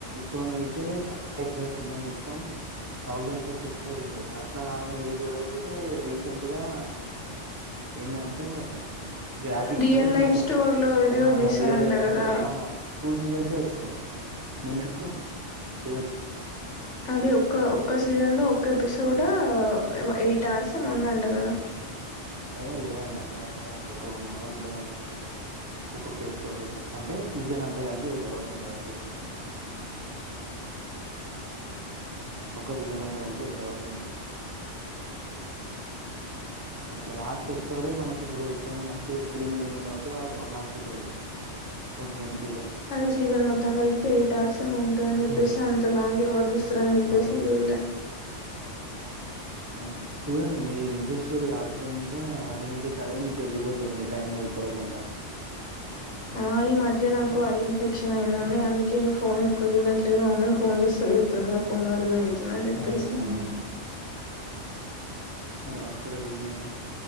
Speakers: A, on the right; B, on the left.
A: తన అయితేన్స్ ఉన్నా మొత్తం థౌసండ్ ఉంటుంది అట్లాగా మీరు చూడకపోతే రీసెంట్ గా ఏంటంటే గ్రాఫిక్స్తో
B: రియల్ లైఫ్
A: తీసారు
B: స్టోర్ లో ఏదో
A: ఆ
B: తీసారంట
A: రియల్ లైఫ్తో
B: కదా
A: టూ సీజన్సే వచ్చినాయి మొన్నే టూ వచ్చ
B: అది ఒక్క ఒక్క సీజన్ లో ఒక్క ఎపిసోడ్ ఎయిట్ అర్స్ ఏమాన్దంట కదా
A: ఏ లేదండి అలా ఏం లేదండి ఒక వన్ అవర్ ఉంటుందండి ఏ ఒక్కొక్క చూడు అంటే సీజన్ అంతా కలిపి ఎయిట్ అవర్స్ ఉంటుందండి ఒక్క సీజన్ అంతా కలిపి ఎయిట్ అవర్స్ ఉం అట్లా లాస్ట్ ఎపిసోడ్ మనకి ఇప్పుడు ఎట్లయినా లాస్ట్ థ్రిల్లింగ్ ఉంది కాబట్టి లాస్ట్ ఎపిసోడ్ కొంచెం లెంతీగా
B: అదే సీజన్ మొత్తం కలిపి ఎయిట్ ఆర్స మంద అ చెప్పేసి
A: ఉమ్,
B: అంత లాంగ అట్లని చెపేశి
A: అవునండి
B: చూడలే
A: మ్మ్. చూడండి మీ ఇంట్రెస్ట్ తాకుతుంటే ఆటోమేటిక్ అదే మీకు వెళ్ళిపోతుందండి టైం ఏర్పడకుండా
B: ఆ ఈ మధ్య నాకు అయి ఫేక్షన్ అయిందండి అందుకే ఫోన్ ఎక్కువ చూడట్లేదు మామ్మీ ఫోన్ చూస్తే పెడుతుంది ఆ ఫోన్ వల్లనేయి చిన చెప్పేసి
A: అవునా ఉమ్. మరి హాస్పిటల్ లేనా